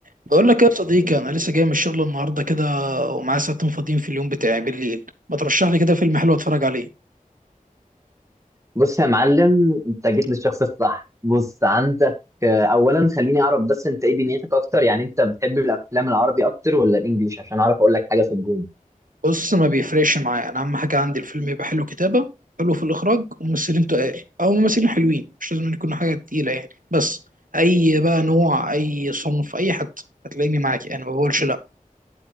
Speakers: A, on the right; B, on the right.
A: بقول لك إيه يا صديقي انا لسه جاي من الشغل النهارده كده ومعايا ساعتين فاضيين في اليوم بتاعي بالليل ما ترشح لي كده فيلم حلو اتفرج عليه
B: بص يا معلم انت جيت للشخص الصح بص عندك آه، اولا خليني اعرف بس انت ايه دنيتك اكتر يعني انت بتحب الافلام العربي اكتر ولا الانجليش عشان اعرف اقول لك حاجه في الجون
A: بص ما بيفرقش معايا انا اهم حاجه عندي الفيلم يبقى حلو كتابه حلو في الاخراج وممثلين تقال او ممثلين حلوين مش لازم يكون حاجه تقيله يعني بس اي بقى نوع اي صنف اي حد هتلاقيني معاك يعني ما بقولش لا